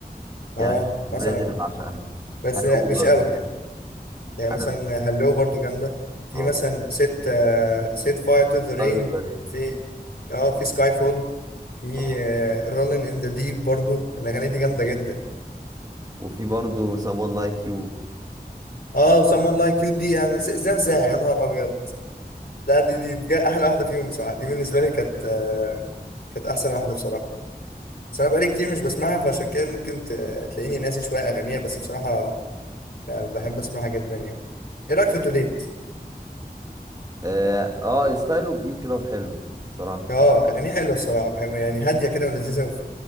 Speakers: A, on the left; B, on the right.
A: اه
B: يا لهوي الأغنية
A: مثلا
B: دي أنا بعشقها
A: بس
B: هلو
A: مش
B: برضه
A: قوي يعني يعني
B: أنا
A: مثلا هلو برضو جامدة في
B: أه
A: مثلا ست ست فاير تو ذا رين
B: برضه برضه
A: في اه في سكاي فول في
B: أه
A: رولين ان ذا ديب برضو الأغاني دي جامدة جدا
B: وفي برضه someone like you
A: اه وسام لايك كيو دي انا ز- ازاي انساها يا نهار ابيض لا دي دي بجد احلى واحده فيهم بصراحه دي بالنسبه لي كانت آه، كانت احسن واحده بصراحه بس انا بقالي كتير مش بسمعها فعشان كده ممكن ت- تلاقيني ناسي شويه اغانيها بس بصراحه آه، بحب اسمعها جدا يعني ايه رايك في توليت
B: أه آه، ستايله جديد كده وحلو بصراحة
A: اه اغانيها حلوه الصراحه بحب يعني هاديه كده ولذيذه